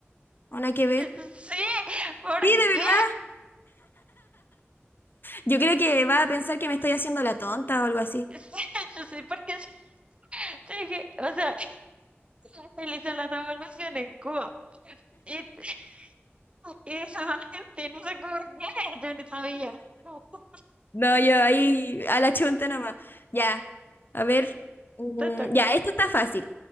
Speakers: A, on the left; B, on the right.
A: ¿O no hay que ver?
B: <laughs> Sí, ¿por
A: Sí, de
B: qué?
A: verdad. Yo creo que va a pensar que me estoy haciendo la tonta o algo así.
B: Sí, <laughs> yo sé, porque <laughs> yo dije, o sea, <laughs> él hizo la revolución en Cuba y, <laughs> y esos argentinos se por qué, <laughs> yo no sabía. No, <laughs>
A: No, yo ahí a la chunta nomás. Ya, a ver. mm,
B: Te toca,
A: ya, esto está fácil.